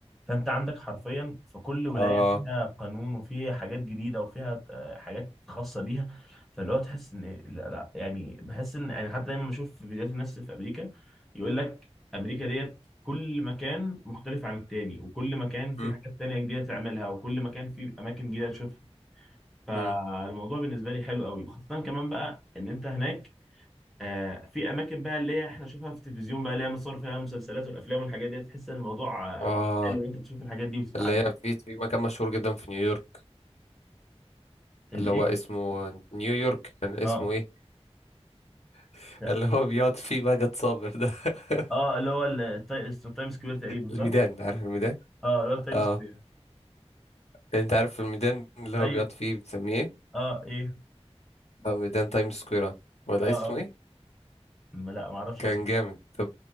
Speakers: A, in the centre; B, on the left.
A: فانت عندك حرفيا في كل ولايه
B: اه
A: فيها قانون وفيها حاجات جديده وفيها آه، حاجات خاصه بيها فاللي هو تحس ان لا لا يعني بحس ان يعني حتى دايما بشوف في فيديوهات الناس في امريكا يقول لك امريكا ديت كل مكان مختلف عن التاني وكل مكان في
B: مم.
A: حاجات تانية جديده تعملها وكل مكان في اماكن جديده تشوفها فالموضوع
B: مم.
A: بالنسبه لي حلو قوي وخاصه كمان بقى ان انت هناك آه، في اماكن بقى اللي هي احنا نشوفها في التلفزيون بقى اللي هي مصور فيها المسلسلات والافلام والحاجات دي تحس ان الموضوع
B: اه
A: آه، حلو إن انت تشوف الحاجات دي وتتعلم
B: اللي هي في في مكان مشهور جدا في نيويورك
A: الايه
B: اللي هو اسمه نيويورك كان اسمه
A: اه
B: ايه <laughs>
A: لا.
B: اللي هو بيقعد فيه ماجد صابر ده <laughs>
A: اه اللي هو التايم سكوير تقريبا
B: الميدان
A: صح
B: عارف الميدان
A: اه اللي هو التايم
B: اه
A: سكوير
B: انت عارف الميدان اللي هو
A: ايوه
B: بيقعد فيه بنسميه ايه
A: اه ايه
B: اه ميدان تايم سكوير ولا
A: اه اه
B: اسمه ايه
A: م- لا ما اعرفش
B: كان
A: أمس-
B: جامد طب